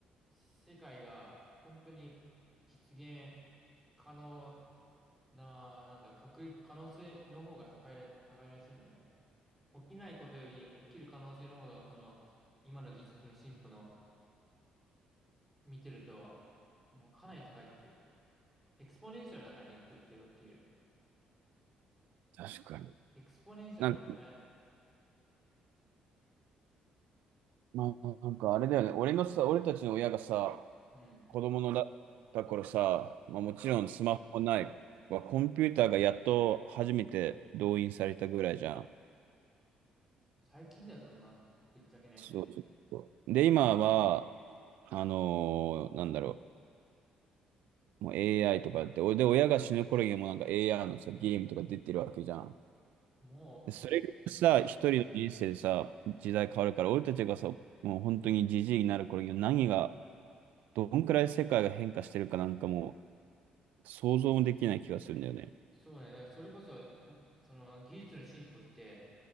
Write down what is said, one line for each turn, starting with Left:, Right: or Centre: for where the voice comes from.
Centre: 世界が本当に実現可能な、なんだ、確率、可能性の方が高いら、高いらしいんだよね。起きないことより起きる可能性の方が、この今の技術の進歩の見てると、もうかなり高いっていう。エクスポネンシャルだからね、言っとくけどっていう。
Right: 確かに。
Centre: エクスポネンシャル半端ないなって。
Right: なんか、まあ、なんかあれだよね。俺のさ、俺たちの親がさ、
Centre: うん。
Right: 子供のだ、った頃さ、まあもちろんスマホないはコンピューターがやっと初めて動員されたぐらいじゃん。
Centre: うん。最近だよ、そんな、ぶっちゃけね。
Right: そうそうそう。で、今は、あのーなんだろう、もう AI とかって、おで、親が死ぬ頃にはもうなんか AI のさ、ゲームとか出てるわけじゃん。
Centre: も
Right: で、それがさ、
Centre: う、うん、
Right: 一人の人生でさ、時代変わるから、俺たちがさ、もう本当にじじいになる頃には何が、どんくらい世界が変化してるかなんかもう、想像もできない気がするんだよね。
Centre: そうね。だからそれこそ、んその技術の進歩って